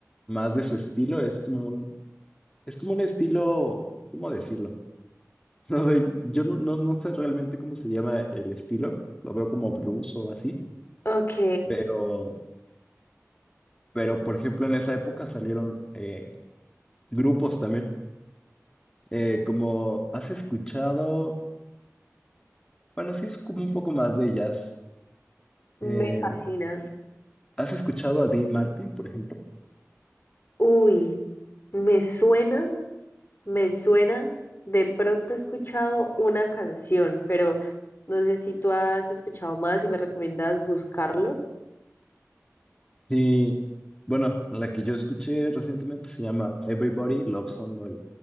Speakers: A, on the left; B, on the left.
A: más de su estilo. Es como un, es como un estilo, ¿cómo decirlo? <laughs> No sé, yo no, no, no sé realmente cómo se llama el estilo. Lo veo como blues o así.
B: Ok,
A: Pero, pero por ejemplo, en esa época salieron eh, grupos también. Eh, como has escuchado, bueno, sí es como un poco más de jazz.
B: me
A: Eh,
B: fascina.
A: ¿has escuchado a Dean Martin, por ejemplo?
B: Uy, me suena, me suena. De pronto he escuchado una canción, pero no sé si tú has escuchado más y me recomiendas buscarlo.
A: Sí, bueno, la que yo escuché recientemente se llama Everybody Loves Somebody.